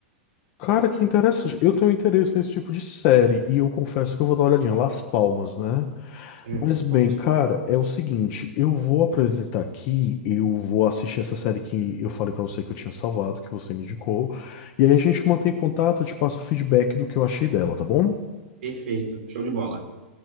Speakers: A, on the left; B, on the right.
A: Cara, que interessante. Eu tenho interesse nesse tipo de série e eu confesso que eu vou dar uma olhadinha. Las Palmas, né?
B: É,
A: Mas
B: as
A: bem,
B: palmas.
A: cara, é o seguinte, eu vou apresentar aqui, eu vou assistir essa série que eu falei pra você que eu tinha salvado, que você me indicou, e aí a gente mantém contato, eu te passo o feedback do que eu achei dela, tá bom?
B: Perfeito, show de bola.